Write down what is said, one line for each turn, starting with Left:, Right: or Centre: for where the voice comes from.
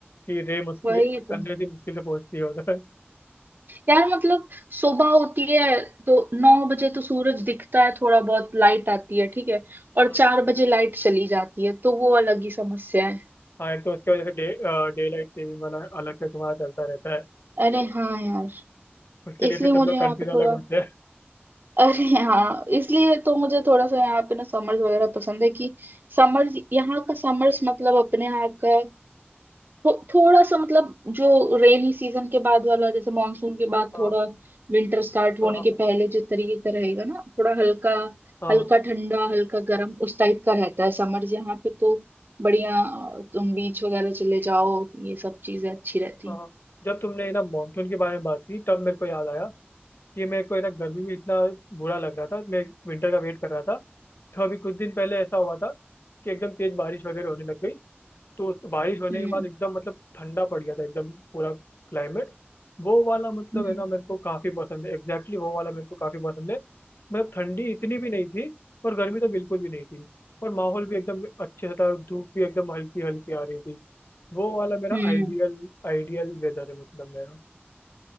Left: कि रे मुस सन
Right: वही तो
Left: रे भी मुश्किल से पहुंचती है उधर
Right: यार मतलब सुबह होती है तो नौ बजे तो सूरज दिखता है थोड़ा बहुत लाइट आती है ठीक है और
Left: हम्म।
Right: चार बजे लाइट चली जाती है तो वो अलग ही समस्या है
Left: हाँ एक तो उसके वजह से डे डे लाइट सेविंग वाला अलग से तुम्हारा चलता रहता है
Right: अरे हाँ यार
Left: उसके लिए
Right: इसलिए
Left: फिर सब
Right: मुझे
Left: लोग
Right: यहाँ
Left: कंफ्यूज
Right: पे थोड़ा
Left: अलग होते हैं
Right: <laughs> अरे हाँ इसलिए तो मुझे थोड़ा सा यहाँ पे ना समर्स वगैरह पसंद है कि समर्स यहाँ का समर्स मतलब अपने यहाँ का थो, थोड़ा सा मतलब जो रेनी सीजन के बाद वाला जैसे मानसून के बाद
Left: हाँ
Right: थोड़ा विंटर स्टार्ट होने
Left: हाँ हाँ
Right: के पहले जिस तरीके का रहेगा ना थोड़ा हल्का
Left: हाँ
Right: हल्का ठंडा हल्का गर्म उस टाइप का रहता है समर्स यहाँ पे तो बढ़िया अ, तुम बीच वगैरह चले जाओ ये सब चीजें अच्छी रहती
Left: हाँ
Right: हैं
Left: हाँ। जब तुमने ना मानसून के बारे में बात की तब मेरे को याद आया कि मेरे को ना गर्मी में इतना बुरा लग रहा था मैं विंटर का वेट कर रहा था तो अभी कुछ दिन पहले ऐसा हुआ था कि एकदम तेज बारिश वगैरह होने लग गई तो उस बारिश होने
Right: हम्म
Left: के बाद एकदम मतलब ठंडा पड़ गया था एकदम पूरा क्लाइमेट वो वाला मतलब
Right: हम्म
Left: है ना मेरे को काफी पसंद है एग्जैक्टली वो वाला मेरे को काफी पसंद है मतलब ठंडी इतनी भी नहीं थी और गर्मी तो बिल्कुल भी नहीं थी और माहौल भी एकदम अच्छे से था और धूप भी एकदम हल्की हल्की आ रही थी वो वाला मेरा
Right: हम्म
Left: आइडियल आइडियल वेदर है मतलब मेरा